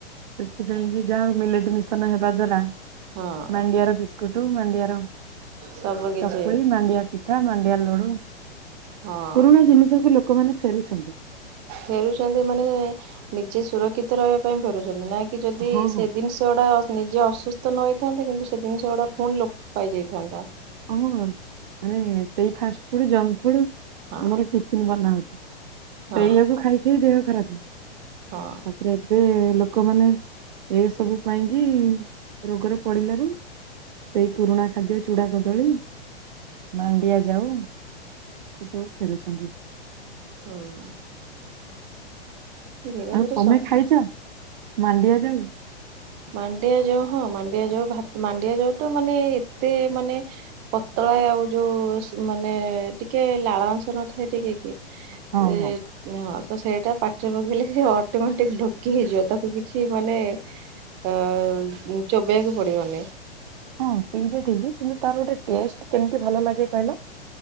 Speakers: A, on the right; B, on the right.
A: ସେଥିପାଇଁ କି ଯାହା ହୋଉ ମିଲେଟ ମିଶନ ହେବା ଦ୍ଵାରା
B: ହଁ
A: ମାଣ୍ଡିଆର କୁଟୁ ମାଣ୍ଡିଆ ର
B: ସବୁ କିଛି
A: ଚକୁଳି ମାଣ୍ଡିଆ ପିଠା ମାାଣ୍ଡିଆ ଲଡୁ
B: ହଁ
A: ପୁରୁଣା ଜିନିଷ କୁ ଲୋକମାନେ ଫେରୁଛନ୍ତି।
B: ଫେରୁଛନ୍ତି ମାନେ ନିଜେ ସୁରକ୍ଷିତ ରହିବା ପାଇଁ ଫେରୁଛନ୍ତି ନାଇ କି ଯଦି
A: ହଁ ହଁ।
B: ସେ ଜିନିଷ ଗୁଡା ନିଜେ ଅ ସୁସ୍ଥ ନ ହୋଇ ନ ଥାନ୍ତେ କିନ୍ତୁ ସେ ଜିନିଷ ଗୁଡା ପୁଣି ଲୋପ ପାଇ ଯାଇଥାନ୍ତା।
A: ହଁ ମାନେ ସେଇ ଫାଷ୍ଟ ଫୁଡ ଜଙ୍କ ଫୁଡ
B: ହଁ
A: ଆମର ଟିଫନ୍ ବନା
B: ହଁ
A: ସେୟା କୁ ଖାଇକି ଦେହ ଖରାପ।
B: ହଁ।
A: ତାପରେ ଏବେ ଲୋକମାନେ। ଏ ସବୁ ପାଇଁ କିି ରୋଗରେ ପଡିଲାରୁ ସେଇ ପୁରୁଣା ଖାଦ୍ୟ ଚୁଡା କଦଳି ମାଣ୍ଡିଆ ଯାଉ ଏସବୁ ଫେରୁଛନ୍ତି।
B: <unintelligible>
A: ଆଉ ତମେ ଖାଇଛ ମାଣ୍ଡିଆ ଯାଉ?
B: ମାଣ୍ଡିଆ ଯାଉ ହଁ ମାଣ୍ଡିଆ ଯାଉ ମାଣ୍ଡିଆ ଯାଉ ତ ମାନେ ଏତେ ମାନେ ପତଳା ଆଉ ଯୋଉ ମାନେ ଟିକେ ଲାଳ ଅଂଶ ନଥାଏ ଟିକେ ହେଁ
A: ହଁ,
B: ହିଁ
A: ହଁ,
B: ତ ସେଇଟା ପାଟିରେ ପକେଇଲେ ସେ ଅଟୋମେଟିକ ଢୋକି ହେଇଯିବ ତାକୁ କିଛି ମାନେ ଅ ଚୋବେେଇବାକୁ ପଡିବନି।
A: ହଁ ସେଇଟା ଠିକ କିନ୍ତୁ ତାର ଗୋଟେ ଟେଷ୍ଟ କେମିତି ଭଲ ଲାଗେ କହିଲ?